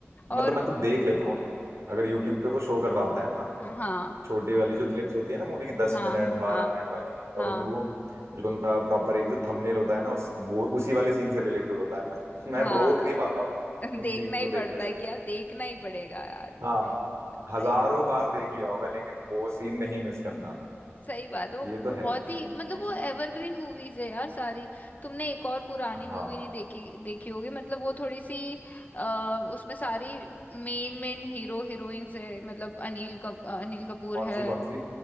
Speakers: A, on the right; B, on the left.
A: मतलब
B: और
A: मैं तो देख लेता हूँ उन्हें अगर यूट्यूब पे वो शो कर रहा होता है ना
B: हाँ
A: छोटी वाली जो क्लिप्स होती है ना मूवी की दस
B: हाँ
A: मिनट बारह
B: हाँ
A: मिनट वाली
B: हाँ
A: और उनमें वो जो उनका प्रॉपर एक जो थंबनेल होता है ना उस वो उसी वाले सीन से रिलेटेड होता है मैं मैं
B: हाँ
A: रोक नहीं पाता हूँ
B: <laughs>
A: उन
B: देखना
A: सीन्स
B: ही
A: को देखने
B: पड़ता
A: से
B: है क्या देखना ही पड़ेगा यार
A: हाँ हजारों
B: अरे यार,
A: बार देख लिया होगा लेकिन वो सीन नहीं मिस करना
B: सही बात है वो
A: ये तो
B: बहुत
A: है यार
B: ही
A: इन
B: मतलब
A: मूवीज
B: वो एवरग्रीन
A: में
B: मूवीज है यार सारी तुमने एक और पुरानी
A: हाँ
B: मूवी नहीं देखी देखी होगी मतलब वो थोड़ी सी आ, उसमें सारी मेन मेन हीरो हीरोइंस है मतलब अनिल कप, अनिल कपूर
A: कौन
B: है
A: सी कौन सी